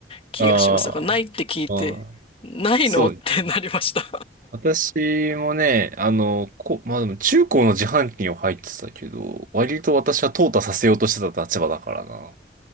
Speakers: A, on the left; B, on the right.
A: 気がします。
B: あーあー、
A: がないって聞いて、ないのってなりました。
B: そうですね。私もね、あの、こ、まあでも中高の自販機には入ってたけど、割と私は淘汰させようとしてた立場だからな。